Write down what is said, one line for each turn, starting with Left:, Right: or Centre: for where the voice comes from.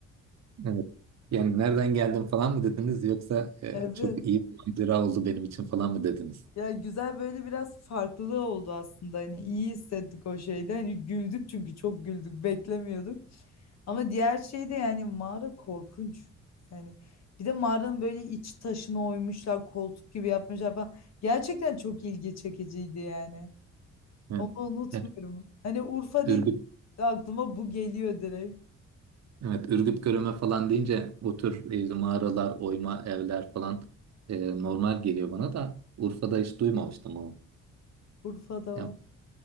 Right: Evet. Yani nereden geldim falan mı dediniz yoksa e,
Left: Evet.
Right: çok iyi bir macera oldu benim için falan mı dediniz?
Left: Ya güzel böyle biraz farklılığı oldu aslında hani iyi hissettik o şeyde. Hani güldük çünkü çok güldük beklemiyorduk. Ama diğer şey de yani mağara korkunç. Yani bir de mağaranın böyle iç taşına oymuşlar koltuk gibi yapmışlar falan. Gerçekten çok ilgi çekiciydi yani.
Right: Evet.
Left: Onu unutmuyorum.
Right: Yani
Left: Hani Urfa
Right: Ürgüp
Left: deyince de aklıma bu geliyor direkt.
Right: Evet, Ürgüp Göreme falan deyince bu tür e, işte mağaralar, oyma evler falan e, normal geliyor bana da Urfa'da hiç duymamıştım onu.
Left: Urfa'da
Right: Yani
Left: var.